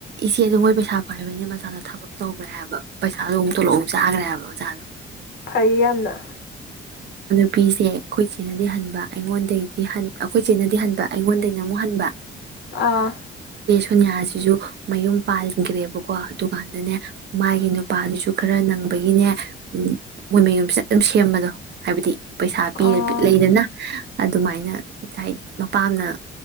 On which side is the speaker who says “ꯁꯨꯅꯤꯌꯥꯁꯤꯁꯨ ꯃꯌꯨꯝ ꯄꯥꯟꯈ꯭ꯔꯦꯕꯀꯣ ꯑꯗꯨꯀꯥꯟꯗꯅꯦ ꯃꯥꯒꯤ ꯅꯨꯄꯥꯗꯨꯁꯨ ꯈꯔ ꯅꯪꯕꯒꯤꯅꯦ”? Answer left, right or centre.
Right